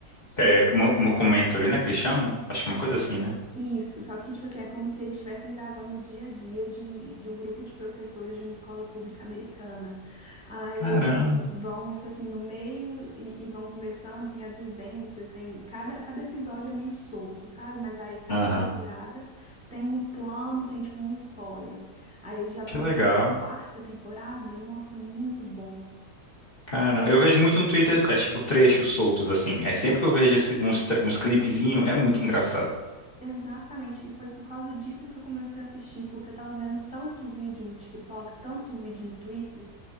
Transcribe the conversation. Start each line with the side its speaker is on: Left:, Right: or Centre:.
Centre: que
Left: É, mo- mockumentary, né, que eles chamam? Acho que é uma coisa assim, né?
Centre: Isso, só que, tipo assim, é como se eles estivessem gravando o dia a dia de um, de um grupo de professores de uma escola pública americana. Aí
Left: Caramba.
Centre: eles vão, tipo assim, no meio e, e vão conversando, tem as vivências, tem... Cada, cada episódio é meio solto, sabe? Mas aí cada
Left: Aham.
Centre: temporada tem um plano, tem, tipo, uma história. Aí eles já estão
Left: Que legal.
Centre: aqui na quarta temporada, nossa, muito bom.
Left: Caramba. Eu vejo muito no Twitter, é tipo trechos soltos, assim. Aí sempre que eu vejo esse- uns, tre- uns clipezinhos, é muito engraçado.
Centre: Exatamente, e foi por causa disso que eu comecei a assistir, porque eu tava vendo tanto vídeo no TikTok, tanto vídeo no Twitter,